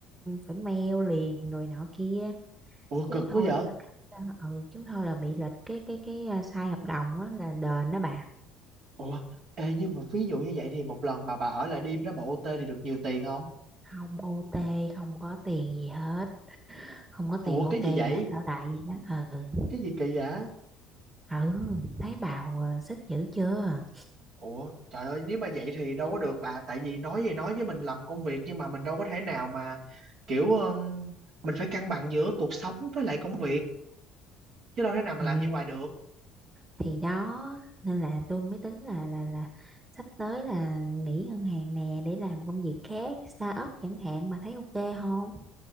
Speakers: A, on the right; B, on the right.
A: phải mail liền rồi nọ kia
B: Ủa
A: chứ
B: cực
A: không thôi
B: quá vậy?
A: là khách ờ, ừ chứ không thôi là bị lệch cái cái cái ờ, sai hợp đồng á là đền đó bà
B: Ủa? Ê nhưng mà ví dụ như vậy thì một lần mà bà ở lại đêm đó bà OT thì được nhiều tiền không?
A: không OT không có tiền gì hết không có
B: Ủa
A: tiền
B: cái
A: OT
B: gì vậy?
A: gì hết ở lại gì đó ừ
B: Cái gì kỳ vậy?
A: ừ thấy bào ờ, sức dữ chưa
B: Ủa trời ơi nếu mà vậy thì đâu có được bà tại vì nói gì nói với mình làm công việc nhưng mà mình đâu có thể nào mà kiểu ờ, mình phải cân bằng giữa cuộc sống với lại công việc chứ đâu thể nào mà
A: ừ
B: làm vậy hoài được
A: thì đó nên là tôi mới tính là là là sắp tới là nghỉ ngân hàng nè để làm công việc khác start up chẳng hạn mà thấy ok không